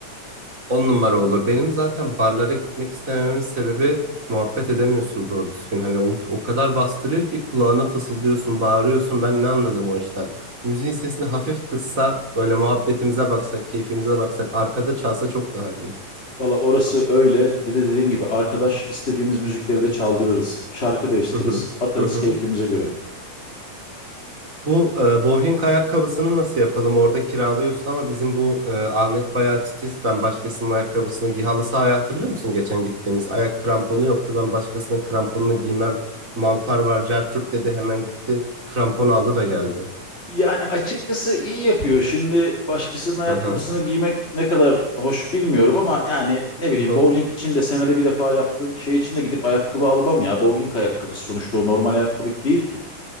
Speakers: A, on the right; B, on the left.
A: On numara olur. Benim zaten barlara gitmek istemememin sebebi muhabbet edemiyorsun doğru düzgün. Hani o, o kadar bastırıyor ki kulağına fısıldıyorsun, bağırıyorsun. Ben ne anladım o işten? Müziğin sesini hafif kıssa, böyle muhabbetimize baksak, keyfimize baksak, arkada çalsa çok daha iyi.
B: Valla orası öyle. Bir de dediğim gibi arkadaş istediğimiz müzikleri de çaldırırız. Şarkı değiştiririz,
A: Hı hı.
B: atarız
A: Hı hı.
B: keyfimize göre.
A: Bu e, bowling ayakkabısını nasıl yapalım? Orada kiralıyorsun ama bizim bu e, Ahmet bayağı titiz. Ben başkasının ayakkabısını giy. Halı sahaya hatırlıyor musun geçen gittiğimiz? Ayak kramponu yoktu. Ben başkasının kramponunu giymem. Mantar var, cerçürt dedi. Hemen gitti. Krampon aldı da geldi.
B: Yani açıkçası iyi yapıyor. Şimdi başkasının ayakkabısını
A: Hı hı.
B: giymek ne kadar hoş bilmiyorum ama yani ne bileyim
A: hı hı.
B: bowling için de senede bir defa yaptığım şey için de gidip ayakkabı almam ya. Bowling ayakkabısı sonuçta o normal ayakkabı değil ki.